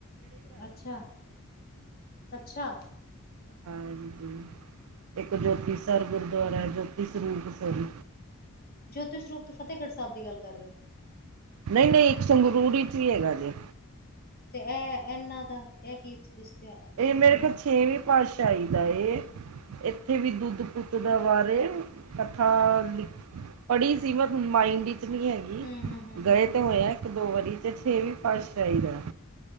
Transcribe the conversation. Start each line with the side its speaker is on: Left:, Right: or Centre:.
Left: ਅੱਛਾ ਅੱਛਾ।
Right: ਹਾਂਜੀ ਇੱਕ ਜੋਤੀ ਸਰ ਗੁਰਦੁਆਰਾ ਹੈ। ਜੋਤੀ ਸਰੂਪ ਸਰ।
Left: ਜੋਤੀ ਸਰੂਪ ਤੇ ਫਤਿਹਗੜ੍ਹ ਸਾਹਿਬ ਦੀ ਗੱਲ ਕਰ ਰਹੇ ਹੋ।
Right: ਨਹੀਂ, ਨਹੀਂ ਇੱਕ ਸੰਗਰੂਰ 'ਚ ਵੀ ਹੈਗਾ ਜੇ।
Left: ਤੇ ਇਹ ਇਨਾਂ ਦਾ ਇਹ ਕੀ। ਇਸ਼ਤਿਹਾ
Right: ਇਹ ਮੇਰੇ
Left: ਇਤਿਹਾਸ
Right: ਖਿਆਲ ਛੇਵੀਂ ਪਾਤਸ਼ਾਹੀ ਦਾ ਏ। ਇੱਥੇ ਵੀ ਦੁੱਧ ਪੁੱਤ ਦੇ ਬਾਰੇ ਕਥਾ ਲਿਖ। ਪੜੀ ਸੀ ਬਟ ਹੁਣ ਮਾਈੰਡ ਵਿੱਚ ਨਹੀਂ ਹੈਗੀ
Left: ਹੂੰ ਹੂੰ ਹੂੰ
Right: ਗਏ
Left: ਹੂੰ
Right: ਤਾਂ
Left: ਹੂੰ
Right: ਹੋਏ ਆ। ਇੱਕ ਦੋ ਵਾਰੀ ਤੇ ਛੇਵੀ ਪਾਤਸ਼ਾਹੀ ਦਾ।